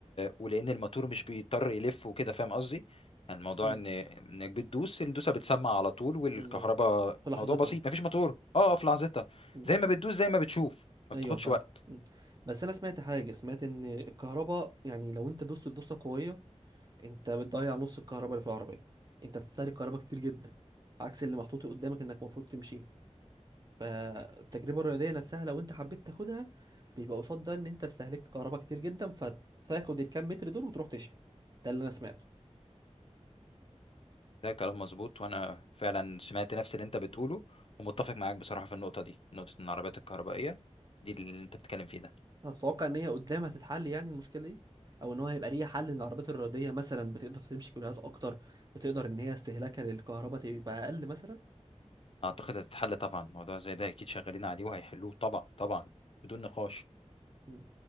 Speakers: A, on the left (about 55°); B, on the right (about 35°).
A: ولأن الموتور مش بيضطر يلف وكده فاهم قصدي؟ يعني الموضوع
B: امم
A: ان انك بتدوس الدوسة بتسمع على طول والكهرباء
B: بالظبط في لحظتها
A: موضوع بسيط مفيش موتور اه في لحظتها
B: إمم.
A: زي ما بتدوس زي ما بتشوف ما
B: ايوه
A: بتاخدش
B: فاهم
A: وقت
B: مم. بس انا سمعت حاجه سمعت ان الكهرباء يعني لو انت دوست دوسه قويه انت بتضيع نص الكهرباء اللي في العربيه انت بتستهلك كهرباء كتير جدا عكس اللي محطوط قدامك انك المفروض تمشيه فالتجربه الرياضيه نفسها لو انت حبيت تاخدها بيبقى قصاد ده ان انت استهلكت كهرباء كتير جدا فتاخد الكام متر دول وتروح تشحن ده اللي انا سمعته
A: ده كلام مظبوط وانا فعلا سمعت نفس اللي انت بتقوله ومتفق معاك بصراحة في النقطة دي نقطة ان العربيات الكهربائية دي اللي انت بتتكلم فيه ده
B: هتتوقع ان هي قدام هتتحل يعني المشكله دي او ان هو هيبقى ليها حل ان العربيات الرياضيه مثلا بتقدر تمشي كيلوهات اكتر بتقدر ان هي استهلاكها للكهرباء تبقى اقل مثلا
A: اعتقد هتتحل طبعا موضوع زي ده اكيد شغالين عليه وهيحلوه طبعا طبعا بدون نقاش
B: إمم.